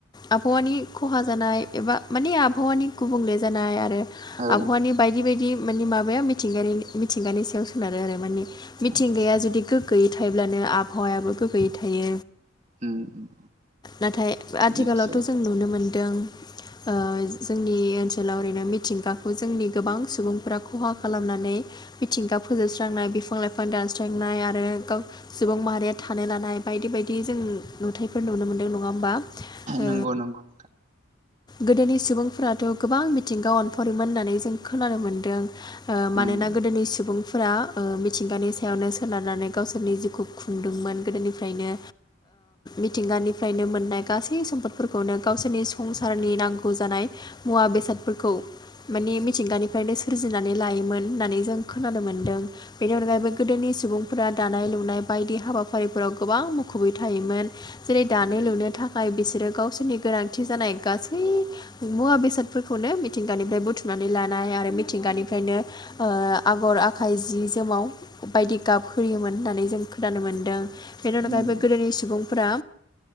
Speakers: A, on the left; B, on the right.
A: आबहावानि खहा जानाय एबा माने आबहावानि गुबुंले जानाय आरो
B: औ
A: आबहावानि बायदि बायदि माने माबाया मिथिंगानि मिथिंगानि सायाव सोनारो आरो माने मिथिंगाया
B: आदसा
A: जुदि गोग्गोयै थायोब्लानो आबहावायाबो गोग्गोयै थायो
B: उम
A: नाथाय आथिखालावथ'
B: निस्सय
A: जों नुनो मोनदों ओ जोंनि ओनसोलाव ओरैनो मिथिंगाखौ जोंनि गोबां सुबुंफ खहा खालामनानै मिथिंगा फोजोबस्रांनाय बिफां लाइफां दानस्रांनाय आरो गाव सुबुं माहारिया थानो लानाय बायदि बायदि जों नुथायाइफोर नुनो मोनदों न नङा होमबा ओ
B: नंगौ नंगौ
A: गोदोनि सुबुंफोराथ' गोबां मिथिंगा अनफावरिमोन होननानै जों खोनानो मोन्दों ओ मानोना
B: उम
A: गोदोनि सुबुं फोर मिथिंगानि सायावनो सोनारनानै गावसोरनि जिउखौ खुंदोंमोन गोदोनिफ्रायनो मिथिंगानिफ्रायनो मोननाय गासै सम्पदफोरखौनो गावसोरनि संसारनि नांगौ जानाय मुवा बेसादफोरखौ माने मिथिंगानिफ्रायनो सोरजिनानै लायोमोन होननानै जों खोनानो मोन्दों बेनि अनगायैबो गोदोनि सुबुंफोरा दानाय लुनाय बायदि हाबाफारिफोराव गोबां मुखुबै थायोमोन जेरै दानो लुनो थाखाय बिसोरो गावसोरनि गोनांथि थि जानाय गासै मुवा बेसादफोरखौनो मिथिंगानिफ्राय बुथुमनानै लानाय आरो मिथिंगानिफ्रायनो आगर आखाइ जि जोमाव बायदि गाब होयोमोन होननानै जों खोनानो मोन्दों बेनि अनगायैबो
B: उम
A: गोदोनि सुबुंफोरा